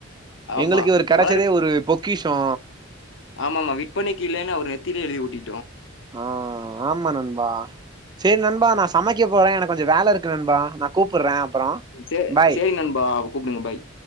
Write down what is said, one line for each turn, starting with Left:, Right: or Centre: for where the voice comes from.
Left: ஆமா.
Right: எங்களுக்கு இவரு கெடைச்சதே
Left: வளர்
Right: ஒரு பொ பொக்கிஷோ
Left: ஆமாமா விற்பனைக்கு இல்லைன்னு அவர் நெத்திலயே எழுதி ஒட்டி
Right: ஆஹ் ஆமா நண்பா சேர் நண்பா நான் சமைக்க போறேன் எனக்கு கொஞ்சோ வேல இருக் கு நண்பா நா கூப்புட்றே அப்பறோ
Left: சே
Right: பாய்
Left: சேரி நண்பா கூப்டுங்க பாய்